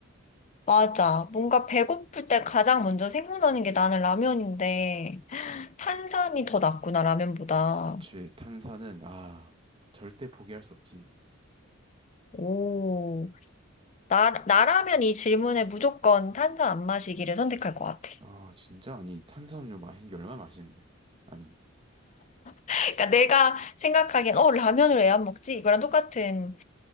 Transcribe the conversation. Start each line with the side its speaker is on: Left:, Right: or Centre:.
Left: 맞아. 뭔가 배고플 때 가장 먼저 생각나는 게 나는 라면인데, 탄산이 더 낫구나, 라면보다.
Right: 그렇지. 탄산은, 아, 절대 포기할 수 없지.
Left: 오, 나, 나라면 이 질문에 무조건 탄산 안 마시기를 선택할 것 같아.
Right: 아, 진짜? 아니, 탄산음료 마신 게 얼마나 맛있는데. 아니,
Left: 그러니까 내가 생각하기엔, 어, 라면을 왜 안 먹지? 이거랑 똑같은